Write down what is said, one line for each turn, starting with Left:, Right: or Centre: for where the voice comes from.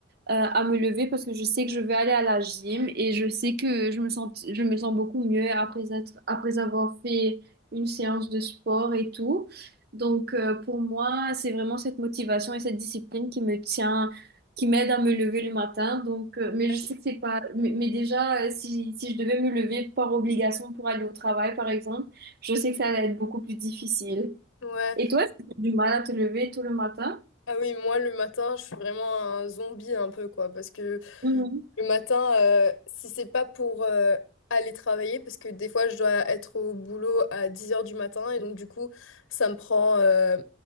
Right: euh, à me lever parce que je sais que je vais aller à la gym et je sais que je me sens, je me sens beaucoup mieux après être, après avoir fait une séance de sport et tout. Donc, euh, pour moi, c'est vraiment cette motivation et cette discipline qui me tient, qui m'aide à me lever le matin. Donc, euh,
Left: <laughs>
Right: mais je sais que c'est pas, mais, mais déjà, euh, si, si je devais me lever par obligation pour aller au travail, par exemple, je sais que ça allait être beaucoup plus difficile.
Left: Ouais.
Right: Et toi, est-ce que tu as du mal à te lever tout le matin?
Left: Ah oui, moi le matin, je suis vraiment un zombie un peu quoi parce que
Right: Mhm.
Left: le matin euh, si c'est pas pour euh, aller travailler parce que des fois je dois être au boulot à dix heures du matin et donc du coup, ça me prend euh,